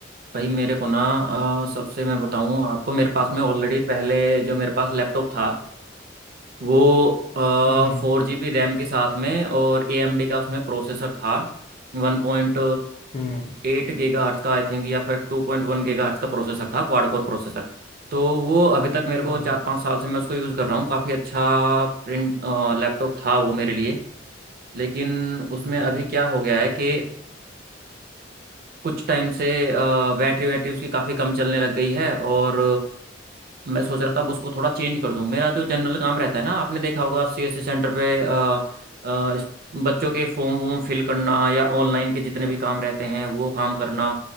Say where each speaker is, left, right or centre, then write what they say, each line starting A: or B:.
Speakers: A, on the right; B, on the left.
A: भाई मेरे को ना अ, सबसे मैं बताऊं आपको मेरे पास में ऑलरेडी पहले जो मेरे पास लैपटॉप था वो फोर
B: हम्म
A: जी बी रैम के साथ में और ए एम डी का उसमें प्रोसेसर था One point
B: हम्म
A: eight gigahertz का आई थिंक या फिर two point one gigahertz का प्रोसेसर था क्वाड कोर प्रोसेसर तो वो अभी तक मेरे को
B: हम्म
A: चार पाँच साल से मैं उसको यूज़ कर रहा हूँ काफ़ी अच्छा प्रिंट लैपटॉप था वो मेरे लिए लेकिन उसमें
B: हम्म
A: अभी क्या हो गया है कि कुछ टाइम से बैटरी बैटरी उसकी काफ़ी कम चलने लग गई है और मैं सोच रहा था अब उसको थोड़ा चेंज कर दूं मेरा जो जनरल काम रहता है ना आपने देखा होगा सीएससी सेंटर पे अ, अ, इस- बच्चों के फॉर्म वॉर्म फिल करना या ऑनलाइन के जितने भी काम रहते हैं वो काम करना